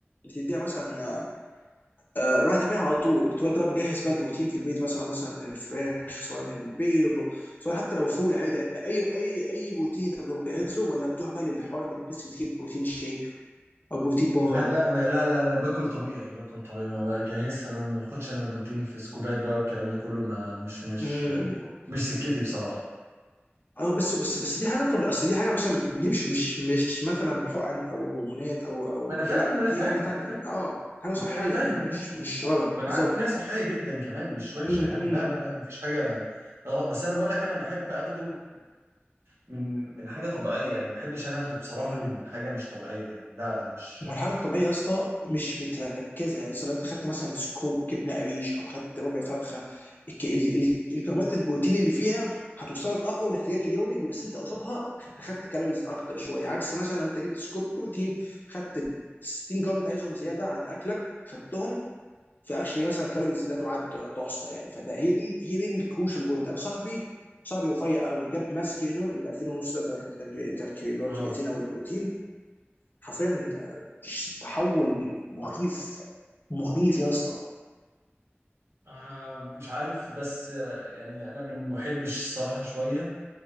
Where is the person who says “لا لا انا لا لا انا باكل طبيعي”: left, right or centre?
Right